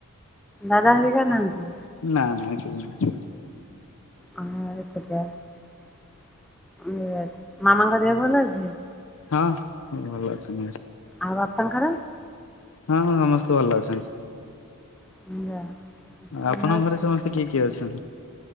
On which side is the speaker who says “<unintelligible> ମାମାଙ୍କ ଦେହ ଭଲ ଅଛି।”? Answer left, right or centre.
Centre